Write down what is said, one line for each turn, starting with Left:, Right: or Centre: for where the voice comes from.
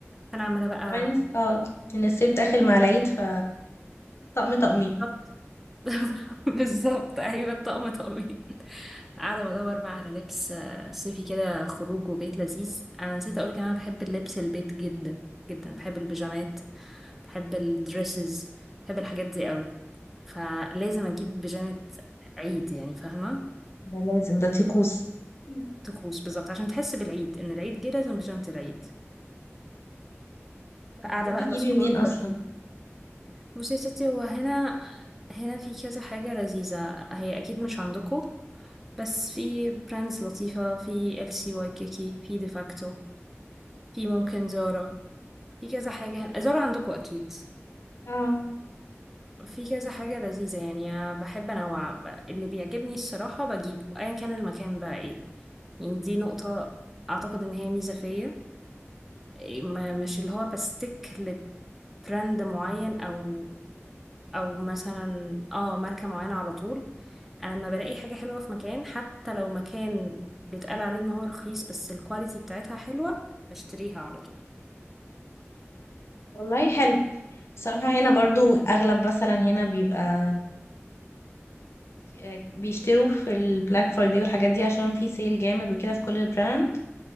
Centre: فانا عماله بقى
Left: كمان اه إن الصيف داخل مع العيد ف طقم طقمين
Centre: بالظبط <laughs> بالظبط ايوه الطقم طقمين قاعده بدور بقى على لبس آه، صيفي كده خروج وبيت لذيذ انا نسيت اقولك إن انا بحب اللبس البيت جدا جدا بحب البيجامات بحب الدريسز بحب الحاجات دي قوي فلازم اجيب بيجامه عيد يعني فاهمه
Left: ده لازم ده طقوس مم.
Centre: طقوس بالظبط عشان تحس بالعيد ان العيد جه لازم بيجامه العيد
Left: طب
Centre: فقاعده
Left: بتحبي
Centre: بقى
Left: تجيبي
Centre: بسكرول
Left: منين أصلا؟
Centre: وبشوف بصي يا ستي هو هنا هنا في كذا حاجه لذيذه هي اكيد مش عندكم بس في براندز لطيفة في ال سي واي كيكي في ديفاكتو في ممكن زارا في كذا حاجة زارا عندكم أكيد
Left: اه
Centre: في كذا حاجة لذيذة يعني أنا بحب أنوع ب- اللي بيعجبني الصراحة بجيبه أيا كان المكان بقى إيه يعني دي نقطة أعتقد إن هي ميزة فيا إيه، ما- مش اللي هو بستيك لبراند معين أو أو مثلا اه ماركة معينة على طول انا لما بلاقي حاجه حلوه في مكان حتى لو مكان بيتقال عليه ان هو رخيص بس الكواليتي بتاعتها حلوه بشتريها على طول
Left: والله حلو صراحة هنا برضو أغلب مثلا هنا بيبقى ك- آه، بيشتروا في البلاك فرايداي والحاجات دي عشان في سيل جامد وكده في كل البراند